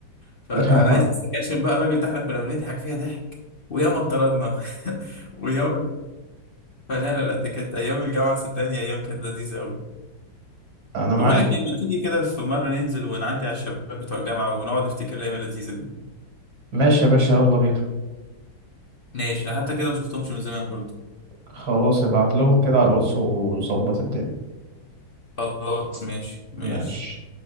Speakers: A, on the left (about 35°); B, on the right (about 80°).
A: فانا
B: <laughs>
A: عايز السكاشن بقى الراجل ده احنا كنا بنضحك فيها ضحك وياما اتطردنا <laughs> وياما فلا لا لا دي كانت ايام الجامعه صدقني ايام كانت لذيذه قوي
B: انا
A: طب
B: معاك
A: اقول لك ايه ما تيجي كده في مره ننزل ونعدي على الشباب بتوع الجامعه ونقعد نفتكر الايام اللذيذه دي
B: ماشي يا باشا يلا بينا
A: ماشي أنا حتى كده ما شفتهمش من زمان برضو
B: خلاص ابعت لهم كده على الواتس وظبط الدنيا
A: خلاص ماشي ماشي
B: ماشي